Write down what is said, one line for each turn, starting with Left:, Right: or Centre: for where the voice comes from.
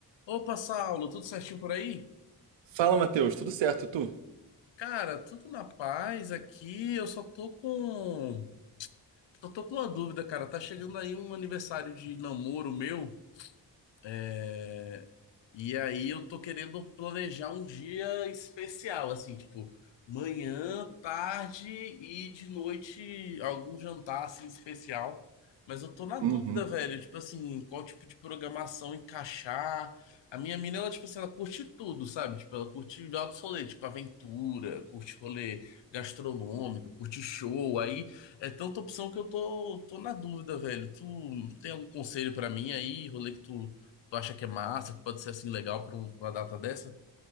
Left: Opa, Saulo, tudo certinho por aí?
Right: Fala, Matheus, tudo certo, tu?
Left: Cara, tudo na paz aqui. Eu só tô com. Só tô com uma dúvida, cara. Tá chegando aí um aniversário de namoro meu. É, E aí eu tô querendo planejar um dia especial, assim, tipo, manhã, tarde e de noite algum jantar assim especial. Mas eu tô na dúvida,
Right: Uhum.
Left: velho, tipo assim, qual tipo de programação encaixar. A minha mina, ela, tipo assim, ela curte tudo, sabe? Tipo, ela curte altos rolê, tipo aventura, curte rolê gastronômico, curte show. Aí é tanta opção que eu tô, tô na dúvida, velho. Tu tem algum conselho pra mim aí, rolê que tu Tu acha que é massa, que pode ser assim legal pra, um- pra uma data dessa?